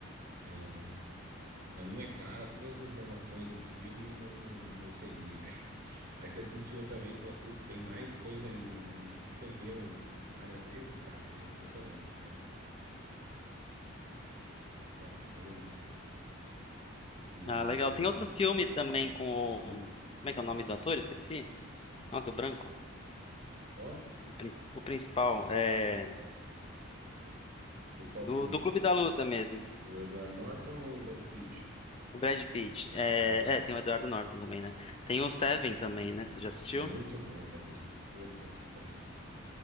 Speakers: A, on the right (about 45°); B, on the left (about 25°).
A: É, Na minha cara, todas as informações do filme e eu não, não percebi, velho. <laughs> Aí você assiste outra vez e fala, puta, tem mais coisa ainda, né? E você fica vendo várias vezes, cara. É impressionante. É, é foda pra arrebentar. E.
B: Ah, legal. Tem outro filme também com o.
A: Hum,
B: Como é que é o nome do ator? Esqueci. Nossa, do branco.
A: qual?
B: O, prin- o principal. É...
A: Do qual
B: Do,
A: filme?
B: do Clube da Luta mesmo.
A: O Edward Norton ou o Brad Pitt?
B: O Brad Pitt. É...
A: É,
B: é, tem o Eduardo Norton também, né? Tem o Seven também, né? Você já assistiu?
A: muito bom também. Puta que pariu.